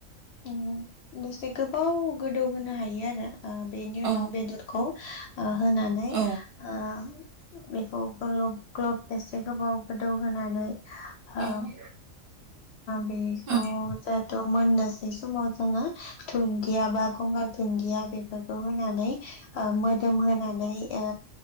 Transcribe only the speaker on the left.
ओं दसे गोबाव गोदौ होनो हायो आरो। ओ बेनि
उनाव बेदरखौ ओ होनानै
ओ बेखौ ग्लब ग्लब बेसे गोबाव गोदौ होनानै ओ
बेखौ
जेहेथु मोननोसै समाव जोङो दुन्दिया बा गंगार दुन्दिया बेफोरखौ होनानै मोदोम होनानै ओ